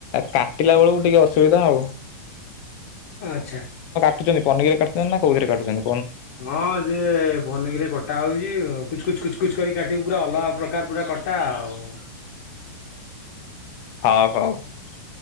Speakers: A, on the left (about 35°); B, on the left (about 55°).
A: କାଟିଲା ବେଳକୁ ଟିକେ ଅସୁବିଧା ଆଉ ।
B: ଆଚ୍ଛା ।
A: ଟୁଚନ୍ତି ପନିକିରେ କାଟୁଚନ୍ତି ନା କଉଥିରେ କାଟୁଚନ୍ତି?
B: ହଁ ସେ ପନିକିରେ କଟା ହଉଛି କୁଚ୍ କୁଚୁ କୁଚ୍ କୁଚ କରି କାଟିବୁ ପୁରା ଅଲଗା ପ୍ରକାର ପୁରା କଟା ଆଉ
A: ହଉ ହଉ ।